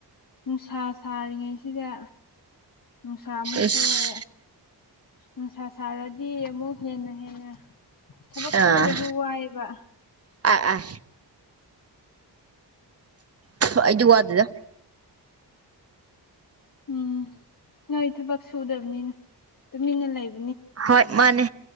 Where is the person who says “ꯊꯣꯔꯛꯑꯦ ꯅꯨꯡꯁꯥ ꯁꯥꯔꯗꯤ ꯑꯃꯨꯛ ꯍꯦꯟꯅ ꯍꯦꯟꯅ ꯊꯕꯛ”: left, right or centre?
Left